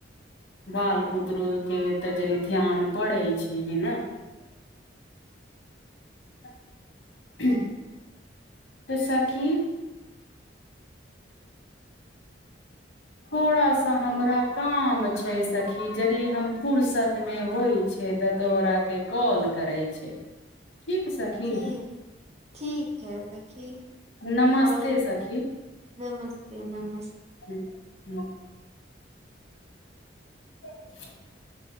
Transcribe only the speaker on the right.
ठीक ठीक है सखी
कॉल।
नमस्ते नम